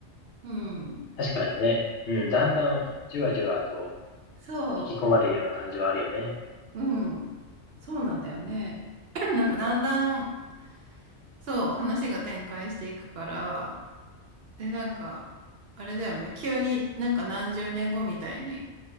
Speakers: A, on the right; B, on the left.
A: うん。
B: 確かにね。うん。だんだん、じわじわと
A: そ
B: 引き込まれるような感じはあるよね。
A: う。うん。そうなんだよね。<clears throat> なんかだんだん、そう、話が展開していくから、で、なんか、あれだよね。急になんか何十年後みたいに、